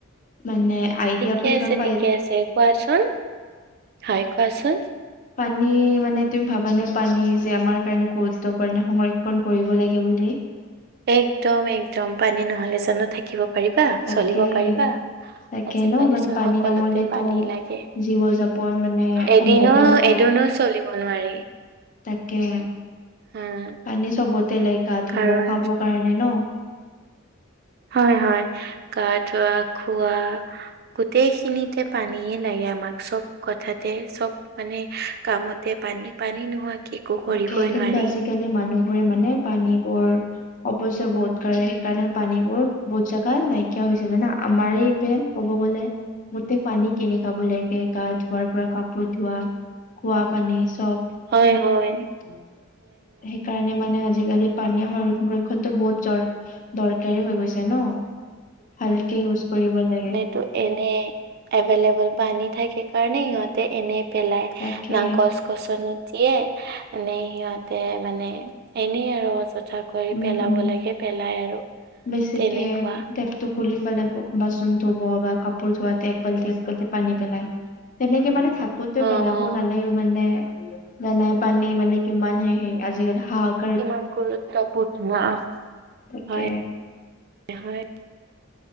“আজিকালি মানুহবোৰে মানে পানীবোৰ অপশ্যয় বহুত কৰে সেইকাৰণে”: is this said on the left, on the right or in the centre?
Left